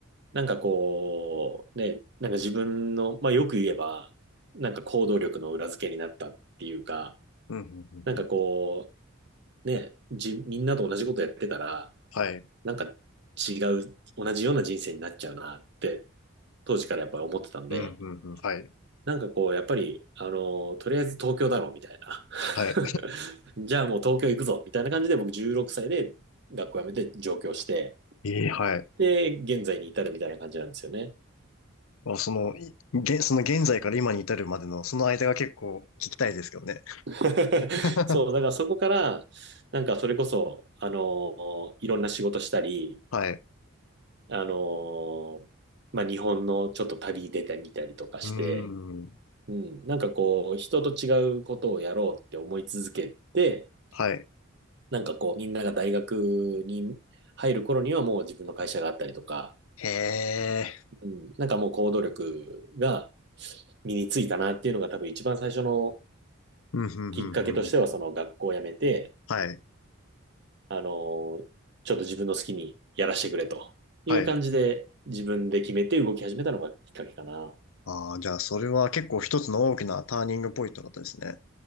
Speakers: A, on the right (about 55°); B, on the left (about 75°).
A: なんかこう、ね、なんか自分の、まあよく言えば、なんか行動力の裏付けになったっていうか、
B: うん、うん。
A: なんかこ
B: うん
A: う、ね、じ、みんなと同じことやってたら、
B: はい。
A: なんか違う、同じような人生になっちゃうなって、当時からやっぱり思ってたんで、
B: うん、うん、うん。はい。
A: なんかこう、やっぱり、あの、とりあえず東京だろうみたいな。
B: はい。
A: <laughs> じゃあもう東京行くぞみたいな感じで僕16歳で学校辞めて上京して、
B: ええ、はい。
A: で、現在に至るみたいな感じなんですよね。
B: あ、その、いげ、その現在から今に至るまでの、その間が結構聞きたいですけどね。
A: <laughs>
B: <laughs>
A: そう、だからそこから、なんかそれこそ、あの、いろんな仕事したり、
B: はい。
A: あのーまあ、日本のちょっと旅出てみたりとかして、
B: うーん。
A: うん、なんかこう、人と違うことをやろうって思い続けて、
B: はい。
A: なんかこう、みんなが大学に入る頃にはもう自分の会社があったりとか、
B: へえ。
A: うん、なんかもう行動力が身についたなっていうのが多分一番最初の
B: うん、うん、
A: きっかけとしては、
B: うん、うん。
A: その学校を辞めて、
B: はい。
A: あのーちょっと自分の好きにやらせてくれという感じで、
B: はい。
A: 自分で決めて動き始めたのがきっかけかな。
B: ああ、じゃあ、それは結構一つの大きなターニングポイントだったですね。